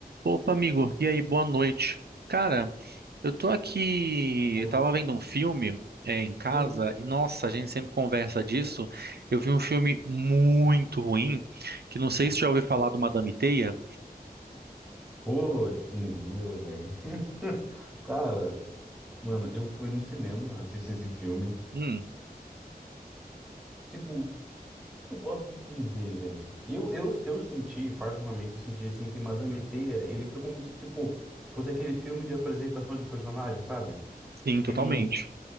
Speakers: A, on the right; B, in the centre.
A: Opa, amigo. E aí, boa noite. Cara, eu tô aqui,
B: Pô,
A: eu tava vendo um filme é, em casa
B: hum,
A: e nossa, a gente sempre conversa disso. Eu vi um filme muito ruim, que não sei se já ouviu falar do Madame Teia.
B: putz, grila, velho. <laughs> Cara, mano, eu fui no cinema assistir esse filme.
A: Hum,
B: Tipo, o que eu posso te dizer, velho? Eu, eu, eu senti, particularmente, eu senti assim que Madame Teia, ele foi como se, tipo, fosse aquele filme de apresentação de personagem, sabe?
A: sim, totalmente.
B: Que nem